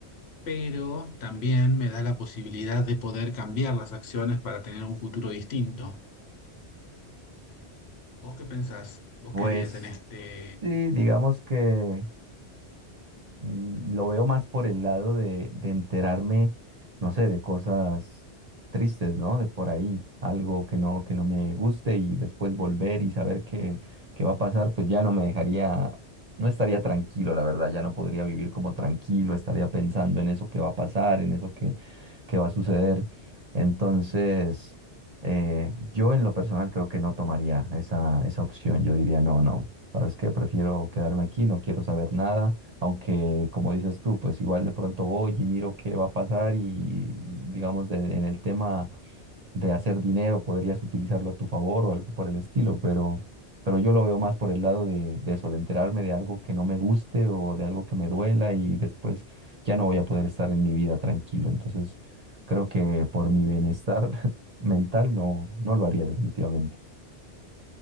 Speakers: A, on the left; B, on the right.
A: Pero también me da la posibilidad de poder cambiar las acciones para tener un futuro distinto. ¿Vos qué pensás? ¿Vos
B: Pues
A: qué harías en este?
B: sí, digamos que Mm, Lo veo más por el lado de, de enterarme, no sé, de cosas tristes, ¿no? De por ahí, algo que no, que no me guste y después volver y saber qué, qué va a pasar, pues ya no me dejaría, no estaría tranquilo, la verdad, ya no podría vivir como tranquilo, estaría pensando en eso que va a pasar, en eso que, que va a suceder. Entonces, eh, yo en lo personal creo que no tomaría esa, esa opción, yo diría, no, no, ¿sabes qué? Prefiero quedarme aquí, no quiero saber nada aunque, como dices tú, pues igual de pronto voy y miro qué va a pasar y, digamos, de- en el tema de hacer dinero, podrías utilizarlo a tu favor o algo por el estilo, pero, pero yo lo veo más por el lado de, de eso, de enterarme de algo que no me guste o de algo que me duela y después ya no voy a poder estar en mi vida tranquilo. Entonces, creo que por mi bienestar <laughs> mental no, no lo haría definitivamente.